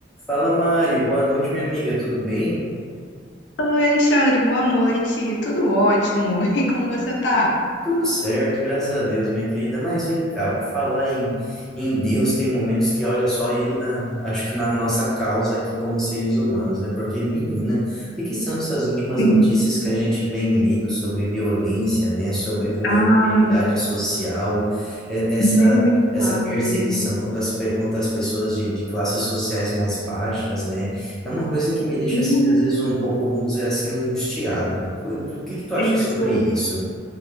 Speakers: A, in the centre; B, on the left (about 70°).
A: Fala Mari, boa noite, minha amiga, tudo bem?
B: Oi, Alexandre, boa noite. Tudo ótimo. <laughs> E como você tá?
A: Tudo certo, graças a Deus, minha querida. Mas vem cá, por falar em, em Deus, tem momentos que olha só ele na, acho que na nossa causa aqui como seres humanos, né? Porque, menina, o que que são essas últimas
B: Sim.
A: notícias que a gente vem lido sobre violência, né? Sobre vulnerabilidade
B: Ah,
A: social, e- essa,
B: nem me
A: essa
B: fale.
A: perseguição contra as, pe- contra as pessoas de, de classes sociais mais baixas, né? É uma coisa que me deixa,
B: Hum,
A: assim, às vezes um pouco, vamos dizer assim, angustiado. O que, o que que tu acha
B: Isso.
A: sobre isso?